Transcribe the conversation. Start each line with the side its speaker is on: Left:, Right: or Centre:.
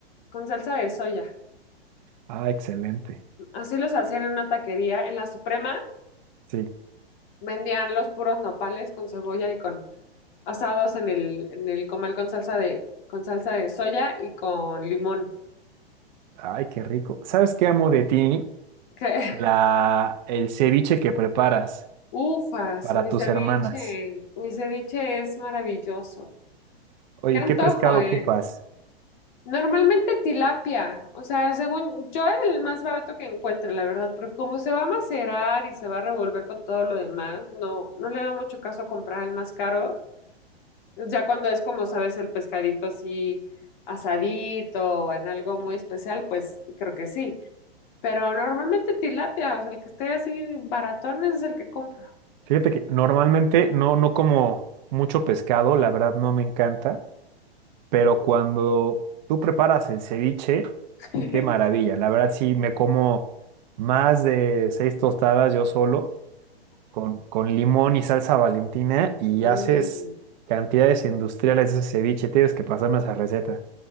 Left: con salsa de soya.
Right: Ah, excelente.
Left: Así los hacían en una taquería. En la Suprema
Right: Sí.
Left: vendían los puros nopales con cebolla y con asados en el, en el comal con salsa de, con salsa de soya y con limón.
Right: Ay, qué rico. ¿Sabes qué amo de ti?
Left: Que,
Right: La, el ceviche que preparas
Left: <laughs> ufas,
Right: para
Left: mi
Right: tus
Left: ceviche,
Right: hermanas.
Left: mi ceviche es maravilloso.
Right: Oye,
Left: Qué antojo,
Right: ¿qué pescado
Left: ¿eh?
Right: ocupas?
Left: Normalmente tilapia, o sea, según yo el más barato que encuentre, la verdad, porque como se va a macerar y se va a revolver con todo lo demás, no, no le veo mucho caso a comprar el más caro. Ya cuando es como, sabes, el pescadito así asadito o en algo muy especial, pues creo que sí. Pero normalmente tilapia, o sea, el que esté así baratón ese es el que compro.
Right: Fíjate que normalmente no, no como mucho pescado, la verdad no me encanta, pero cuando tú preparas el ceviche,
Left: <laughs>
Right: qué maravilla. La verdad sí me como más de seis tostadas yo solo con, con limón y salsa Valentina y
Left: Mm.
Right: haces cantidades industriales de ese ceviche. Tienes que pasarme esa receta.